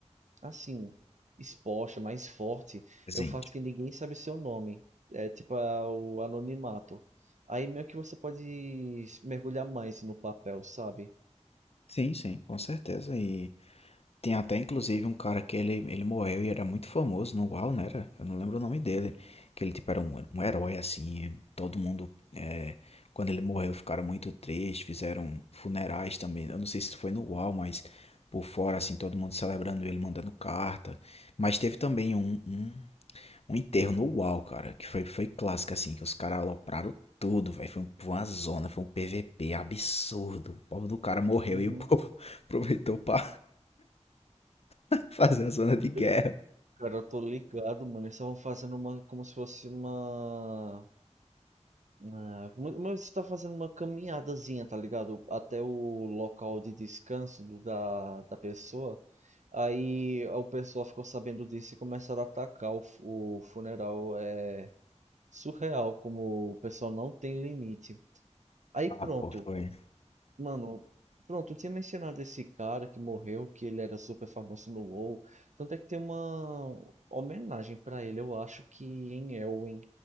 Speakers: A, on the right; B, on the left.
A: assim, exposta, mais forte,
B: Presente.
A: é o fato que ninguém sabe seu nome. É tipo a- o anonimato. Aí meio que você pode mergulhar mais no papel, sabe?
B: Sim, sim, com certeza. E Tem até inclusive um cara que ele, ele morreu e era muito famoso no UAU, né? Era? Eu não lembro o nome dele. Que ele tipo era um, um herói assim. Todo mundo, é, quando ele morreu, ficaram muito tristes. Fizeram funerais também. Eu não sei se foi no UAU, mas por fora, assim, todo mundo celebrando ele, mandando carta. Mas teve também um, um, um enterro no UAU, cara. Que foi, foi clássico, assim. Que os caras alopraram tudo, velho. Foi um- foi uma zona, foi um PVP absurdo. O povo do cara morreu
A: Uhum.
B: e o povo <laughs> aproveitou pra <laughs> Fazendo zona de guerra.
A: Eu- cara, eu tô ligado, mano. Eles estavam fazendo uma, como se fosse uma Ah, mas mas você tá fazendo uma caminhadazinha, tá ligado? Até o local de descanso do- da, da pessoa. Aí o pessoal ficou sabendo disso e começaram a atacar o, fu- o funeral. É surreal como o pessoal não tem limite. Aí
B: Ah,
A: pronto,
B: pô, foi.
A: Mano, pronto, eu tinha mencionado esse cara que morreu, que ele era super famoso no WoW. Tanto é que tem uma homenagem pra ele, eu acho que em Elwyn.